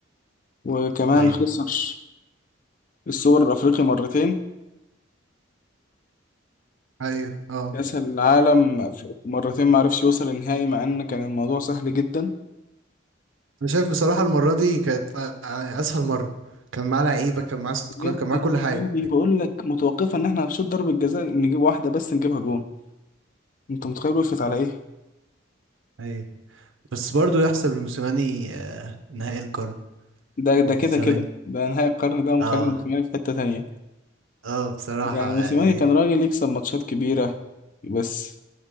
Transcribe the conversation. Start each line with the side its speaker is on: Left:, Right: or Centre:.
Left: وكمان
Right: ايوه
Left: خسر السوبر الأفريقي مرتين
Right: ايوه اه
Left: كأس العالم في- مرتين ما عرفش يوصل النهائي مع ان كان الموضوع سهل جدا
Right: انا شايف بصراحه المره دي كانت آه، يعني اسهل مره كان معاه لعيبه كان معاه سكواد
Left: بجد
Right: كان معاه
Left: الماضي
Right: كل حاجه
Left: بقول لك متوقفه ان احنا هنشوط ضربه جزاء نجيب واحده بس نجيبها جون انت متخيل وقفت على ايه
Right: ايوه بس برضو يحسب لموسيماني آه، نهائي القرن
Left: ده ده
Right: ضد
Left: كده
Right: الزمالك
Left: كده ده نهائي القرن ده ومخلي
Right: اه
Left: موسيماني في حته تانية
Right: اه بصراحه
Left: يعني موسيماني
Right: يعني
Left: كان راجل يكسب ماتشات كبيره بس